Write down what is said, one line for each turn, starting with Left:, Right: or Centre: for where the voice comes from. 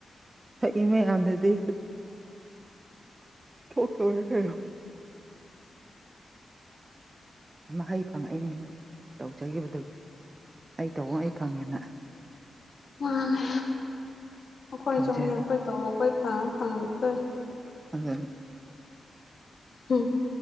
Right: ꯏꯃꯦ ꯑꯗꯗꯤ ꯀ ꯊꯋ ꯈ ꯍꯩ ꯐꯪꯉꯛꯏꯅꯦ ꯃꯣꯏ ꯇꯧꯖꯈꯤꯕꯗꯨꯗꯒꯤ ꯑꯩ ꯇꯧꯑꯣ ꯑꯩ ꯐꯪꯉꯦꯅ
Left: ꯃꯥꯅꯦ ꯑꯩꯈꯣꯏꯁꯨ
Right: ꯐꯪꯖꯔꯤ
Left: ꯍꯌꯦꯡ ꯑꯩꯈꯣꯏ ꯇꯧ ꯑꯩꯈꯣꯏ ꯐꯪ ꯐꯪ ꯇꯣꯏ
Right: ꯑꯗ
Left: ꯎꯝ